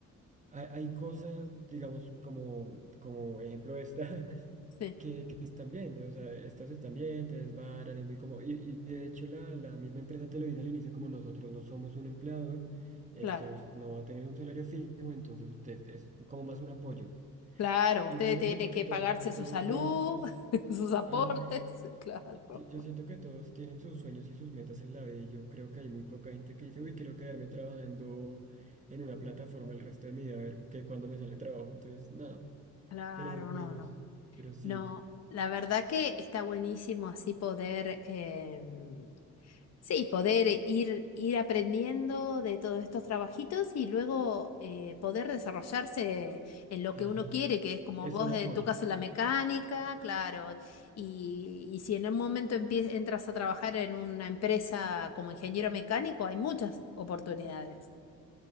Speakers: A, on the right; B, on the left.
A: hay, hay cosas, digamos, como, como ejemplo esta,
B: sí,
A: <laughs> que están bien, o sea, estas están bien, te desbaran, es muy como, y, y de hecho la, la misma empresa te lo dice al inicio, como nosotros no somos un empleador, esto
B: claro.
A: us- no va a tener un salario fijo, entonces usted es como más un apoyo.
B: Claro,
A: Igual
B: usted
A: yo
B: tiene
A: siento que
B: que
A: todos,
B: pagarse
A: todos
B: su salud,
A: tienen sus...
B: <laughs> sus aportes,
A: Ajá,
B: claro.
A: Yo, yo siento que todos tienen sus sueños y sus metas en la vida y yo creo que hay muy poca gente que dice, uy, quiero quedarme trabajando en una plataforma el resto de mi vida, a ver que cuando me sale trabajo. Entonces, nada,
B: Claro,
A: pero, pero,
B: no, no.
A: pero sí,
B: No, la verdad que está buenísimo así poder, em, sí, poder ir, ir aprendiendo de todos estos trabajitos y luego eh, poder desarrollarse en lo
A: ajá,
B: que uno quiere, que es como
A: es
B: vos
A: un apoyo.
B: en tu caso la mecánica, claro, y, y si en un momento empie- entras a trabajar en una empresa como ingeniero mecánico, hay muchas oportunidades